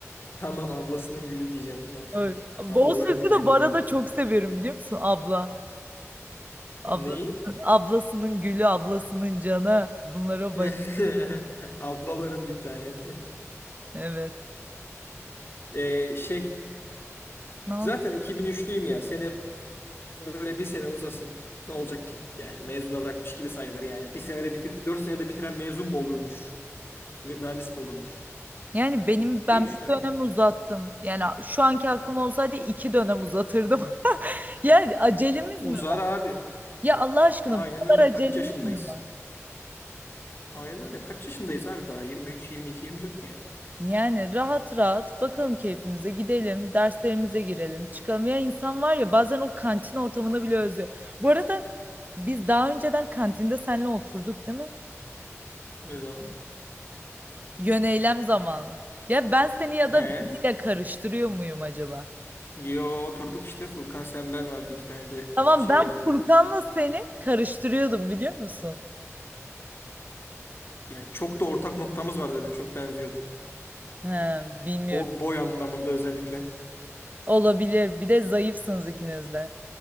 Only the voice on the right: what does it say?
Evet. O
sözü
de
bu arada çok severim biliyor musun? Abla. Ablasının,
ablasının gülü, ablasının canı. Bunlara
bay.
Evet.
Ne oldu?
Yani benim ben
bir dönem
uzattım. Yani şu anki aklım olsaydı iki dönem uzatırdım.
<laughs> Yani acelemiz
mi?
Ya Allah aşkına
bu kadar
acelemiz
mi var?
Yani rahat rahat bakalım keyfimize gidelim, derslerimize girelim, çıkalım. Ya insan var ya bazen o kantin ortamını bile özlüyor. Bu arada biz daha önceden kantinde seninle oturduk değil mi?
Yöneylem zamanı. Ya ben seni ya
da biriyle karıştırıyor muyum acaba?
Tamam
ben
Furkan'la seni karıştırıyordum biliyor musun?
He, bilmiyorum.
Olabilir. Bir de zayıfsınız ikiniz de.